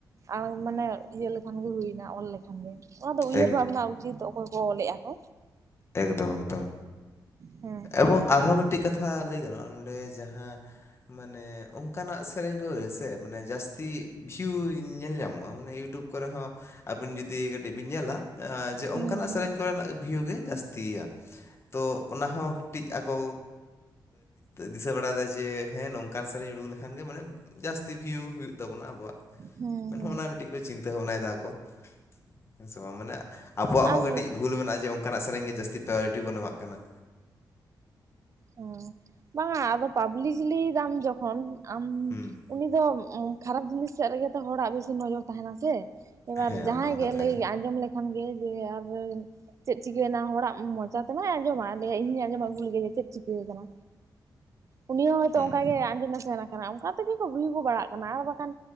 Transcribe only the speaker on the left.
ᱮᱠ
ᱮᱠᱫᱚᱢ ᱮᱠᱫᱚᱢ
ᱮᱵᱚᱝ᱾ ᱟᱨᱦᱚᱸ ᱢᱤᱫᱴᱤᱡ ᱠᱟᱛᱷᱟ ᱞᱟᱹᱭ ᱜᱟᱱᱚᱜᱼᱟ ᱱᱚᱰᱮ ᱡᱟᱦᱟᱸ᱾ ᱢᱟᱱᱮ ᱚᱱᱠᱟᱱᱟᱜ ᱥᱮᱨᱮᱧ ᱠᱚ ᱥᱮ ᱢᱟᱱᱮ ᱡᱟᱹᱥᱛᱤ ᱵᱷᱤᱭᱩ ᱧᱮᱞ ᱧᱟᱢᱚᱜᱼᱟ ᱢᱟᱱᱮ ᱤᱭᱩᱴᱩᱵᱽ᱾ ᱠᱚᱨᱮ ᱦᱚᱸ ᱟᱹᱵᱤᱱ ᱡᱩᱫᱤ ᱠᱟᱹᱴᱤᱡ ᱵᱤᱱ ᱧᱮᱞᱟ᱾ ᱡᱮ ᱚᱱᱠᱟᱱᱟᱜ
ᱥᱮᱨᱮᱧ ᱠᱚᱨᱮᱱᱟᱜ ᱵᱷᱤᱭᱩ ᱜᱮ ᱡᱟᱹᱥᱛᱤᱭᱟ ᱛᱚ ᱚᱱᱟ ᱦᱚᱸ ᱠᱟᱼᱼ ᱴᱤᱡ ᱟᱠᱚ ᱫᱤᱥᱟᱹ ᱵᱟᱲᱟᱭᱮᱫᱟ ᱡᱮ ᱦᱮᱸ ᱱᱚᱝᱠᱟᱱ ᱥᱮᱨᱮᱧ ᱩᱰᱩᱠ ᱞᱮᱠᱷᱟᱱ ᱜᱮ ᱢᱟᱱᱮ᱾ ᱡᱟᱹᱥᱛᱤ ᱵᱷᱤᱭᱩ ᱦᱩᱭᱩᱜ ᱛᱟᱵᱚᱱᱟ ᱟᱵᱚᱣᱟᱜ
ᱢᱮᱱᱦᱚᱸ
ᱚᱱᱟ ᱢᱤᱫᱴᱤᱡ ᱠᱚ ᱪᱤᱱᱛᱟᱹ ᱵᱷᱟᱵᱽᱱᱟᱭᱮᱫᱟ ᱟᱠᱚ᱾ ᱦᱮᱸ ᱥᱮ ᱵᱟᱝ? ᱢᱟᱱᱮ ᱟᱵᱚᱣᱟᱜ ᱦᱚᱸ
ᱠᱟᱹᱴᱤᱡ ᱵᱷᱩᱞ ᱢᱮᱱᱟᱜ ᱡᱮ ᱚᱝᱠᱟᱱᱟᱜ ᱥᱮᱨᱮᱧ ᱜᱮ ᱡᱟᱹᱥᱛᱤ ᱯᱨᱟᱭᱨᱚᱨᱤᱴᱤ ᱵᱚᱱ ᱮᱢᱟᱜ ᱠᱟᱱᱟ᱾
ᱦᱩᱸ
ᱦᱮᱸ
ᱚᱱᱟ ᱢᱟ ᱠᱟᱛᱷᱟ
ᱦᱩᱸ